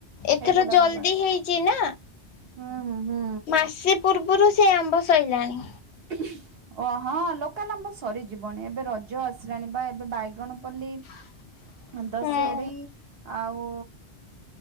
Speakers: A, on the left (about 70°); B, on the right (about 60°).
A: ଏଥର
B: ଏଇଗୁଡାକ
A: ଜଲଦି
B: ମିଳୁଥିବ।
A: ହେଇ ଚିନା
B: ହୁଁ ହୁଁ ହୁଁ।
A: ମାସେ ପୂର୍ବରୁ ସେ ଆମ୍ବ ସଇଲାଣି।
B: <inaudible> ଓ ହଁ ଲୋକାଲ ଆମ୍ବ ସରିଯିବଣୀ ଏବେ ରଜ ଆସିଲାଣି ବା ଏବେ ବାଇଗଣ ପଲ୍ଲୀ
A: <inaudible>
B: ହଁ ଦସେରି
A: ହୁଁ।
B: ଆଉ